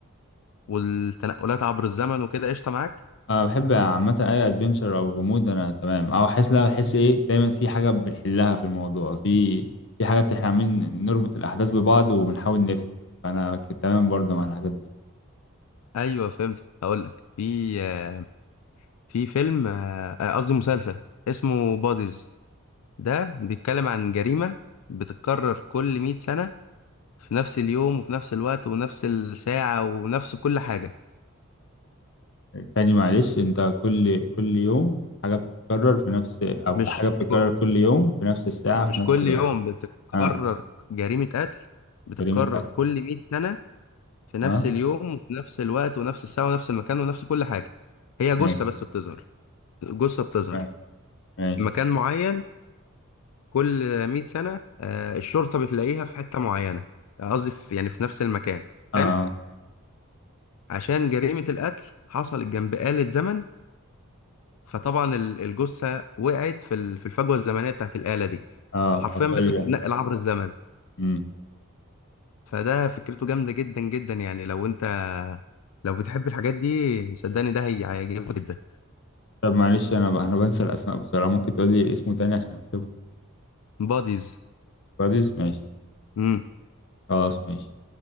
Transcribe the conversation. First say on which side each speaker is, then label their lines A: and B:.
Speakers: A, on the left (about 80°); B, on the left (about 55°).
A: والتنقلات عبر الزمن وكده قشطه معاك
B: انا بحب عامة اي ادفنتشر او غموض انا تمام او احس لا احس ايه دايما في حاجة بنحلها في الموضوع في في حاجات احنا عاملين نربط الاحداث ببعض وبنحاول نفهم فانا كنت تمام برضه مع الحاجات دي
A: ايوه فهمت هقول لك في آه، في فيلم آه، آه، قصدي مسلسل اسمه بوديز ده بيتكلم عن جريمة بتتكرر كل 100 سنة في نفس اليوم وفي نفس الوقت ونفس الساعة ونفس كل حاجة
B: تاني معلش انت كل كل يوم حاجة بتتكرر في نفس او
A: مش
B: حاجة بتتكرر
A: ك-
B: كل يوم في نفس الساعة
A: مش
B: في نفس
A: كل
B: الوقت
A: يوم بتتكرر
B: اه
A: جريمة قتل بتتكرر
B: جريمة قتل
A: كل 100 سنة في نفس
B: اه
A: اليوم وفي نفس الوقت ونفس الساعة ونفس المكان ونفس كل حاجة هي جثة
B: ماشي
A: بس بتظهر جثة بتظهر
B: ماشي ماشي
A: في مكان معين كل 100 سنة آه، الشرطة بتلاقيها في حتة معينة آه، قصدي في- يعني في نفس المكان
B: اه
A: حلو عشان جريمة القتل حصلت جنب آلة زمن فطبعا ال- الجثة وقعت في ال- في الفجوة الزمنية بتاعت الآلة دي
B: اه
A: فحرفيا
B: فكل
A: بدأت تتنقل عبر الزمن
B: مم.
A: فده فكرته جامدة جدا جدا يعني لو انت لو بتحب الحاجات دي صدقني ده هي- هيعجبك جدا
B: طب معلش انا ب... انا بنسى الاسماء بسرعة ممكن تقول لي اسمه تاني عشان اكتبه
A: باديز
B: براديز ماشي
A: امم
B: خلاص ماشي